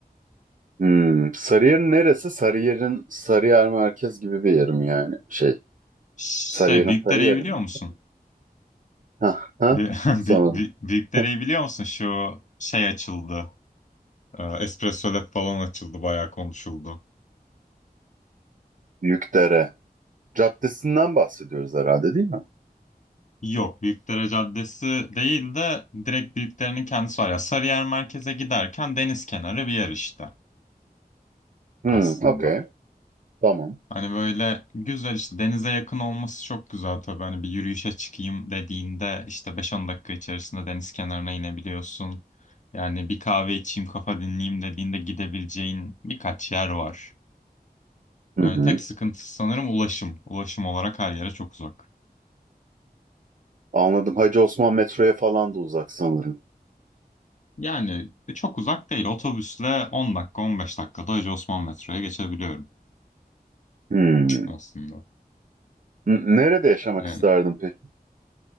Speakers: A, on the right; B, on the left.
A: Hmm. Sarıyer'in neresi? Sarıyer'in Sarıyer merkez gibi bir yerim yani. Şey,
B: Şey,
A: Sarıyer'in
B: Büyükdere'yi
A: Sarıyer'i
B: biliyor
A: mi?
B: musun?
A: Ha ha.
B: Bir, <laughs>
A: Sanırım.
B: bir, bir, Büyükdere'yi
A: Hah,
B: biliyor musun? Şu şey açıldı. Ee, Espresso Lab falan açıldı. Bayağı konuşuldu.
A: <laughs> Yükdere. Caddesinden bahsediyoruz herhalde değil mi?
B: Yok. Büyükdere Caddesi değil de direkt Büyükdere'nin kendisi var. Ya Sarıyer merkeze giderken deniz kenarı bir yer işte
A: Hmm,
B: aslında.
A: okey. Tamam.
B: Hani böyle güzel işte denize yakın olması çok güzel tabii. Hani bir yürüyüşe çıkayım dediğinde işte beş on dakika içerisinde deniz kenarına inebiliyorsun. Yani bir kahve içeyim kafa dinleyeyim dediğinde gidebileceğin birkaç yer var.
A: Hı
B: Yani
A: hı.
B: tek sıkıntısı sanırım ulaşım. Ulaşım olarak her yere çok uzak.
A: Anladım. Hacı Osman metroya falan da uzak sanırım.
B: Yani e, çok uzak değil. Otobüsle 10 dakika 15 dakikada Hacı Osman metroya geçebiliyorum
A: Hmm.
B: aslında.
A: N- Nerede yaşamak
B: Yani
A: isterdin peki?